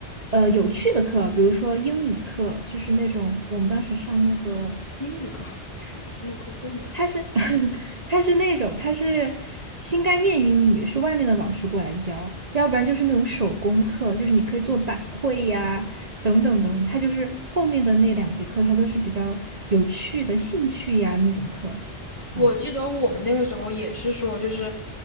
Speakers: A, on the right (about 40°); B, on the left (about 25°).
A: 呃，有趣的课，比如说英语课，就是那种我们当时上那个，
B: 英语课还要去啊，英语课最没去。
A: 它是 <laughs> 它是那种它是新概念英语，是外面的老师过来教，要不然就是那种手工课，就是你可以做板绘呀，等等等，它就是后面的那两节课，它都是比较有趣的兴趣呀那种课。
B: 我记得我们那个时候也是说，
A: 嗯
B: 就是